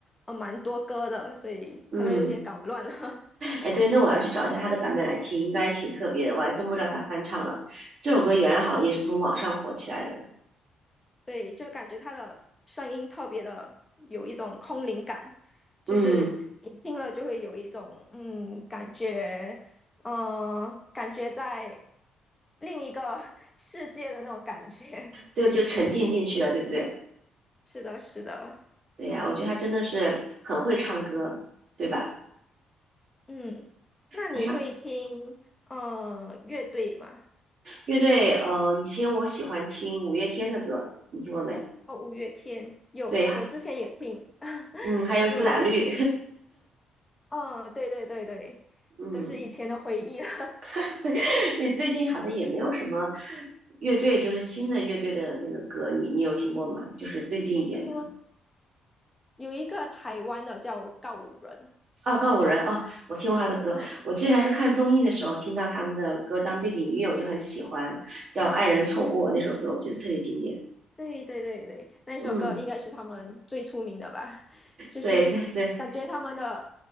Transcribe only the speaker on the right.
嗯，哎，对，那我要去找一下她的版本来听，应该挺特别的，我还真不知道她翻唱了。这首歌原来好像也是从网上火起来的。
嗯，
对，就沉浸进去了，对不对？
对呀，我觉得她真的是很会唱歌，对吧？
她唱乐队，呃，以前我喜欢听五月天的歌，你听过没？
对，还
嗯，还有苏打绿，
<laughs> 嗯。
<laughs> 对，最近好像也没有什么乐队，就是新的乐队的那个歌，你你有听过吗？就是最近一点的
啊，告五人啊，我听过他的歌。
我之前还是看综艺的时候听到他们的歌当背景音乐，我就很喜欢，叫《爱人错过》那首歌，我觉得特别经典。
嗯，
对对对。